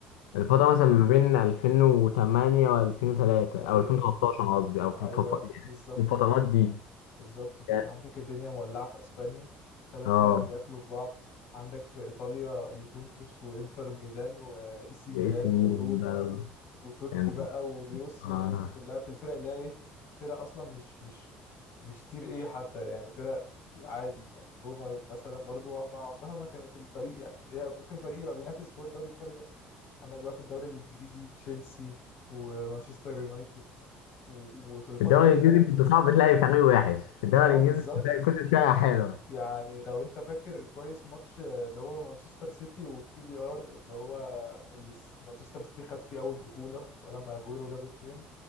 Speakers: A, on the left; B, on the left.
A: الفتره
B: ودول
A: مثلا ما بين
B: بقى-
A: 2008 و2003
B: ايوه
A: او 2013 قصدي او
B: ايوه
A: في الف... يعني
B: بالظبط
A: في الفترات دي
B: بالظبط كده
A: كان-
B: عندك الدنيا مولعة في اسبانيا ثلاث
A: اه
B: فرق بياكلوا في بعض عندك في ايطاليا يوفنتوس وانتر ميلان واي سي ميلان
A: باي سي
B: وروما
A: ميلان بقى
B: و... وتوتي
A: كانت
B: بقى ودي روسي
A: اه
B: والناس دي كلها في الفرق اللي هي ايه فرق اصلا مش مش مش تير ايه حتى يعني فرق عادي يعني روما مثلا برضو عمرها ما كانت الفريق يعني هي ممكن فريق يبقى بينافس جوه الدوري الايطالي بس عندك بقى في الدوري الانجليزي تشيلسي ومانشستر يونايتد و... وفي الفترة
A: في الدوري
B: دي
A: الانجليزي
B: خم...
A: كنت صعب تلاقي فريق وحش في الدوري
B: اه
A: الانجليزي
B: بالظبط
A: كنت تلاقي كل فرقه حلوه
B: يعني لو انت فاكر كويس ماتش اللي هو مانشستر سيتي وكيو بي ار اللي هو اللي س- مانشستر سيتي خد فيه اول بطولة لما اجويرو جاب الجون